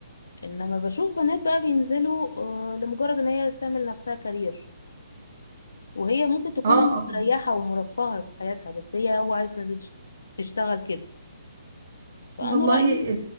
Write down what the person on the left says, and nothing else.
انما بشوف بنات بقى بينزلوا آه لمجرد ان هي تعمل نفسها كارير وهي ممكن تكون
مستريحه
ومرفهه في حياتها بس هي هو عايز تنزل تشتغل كده فانا
رايي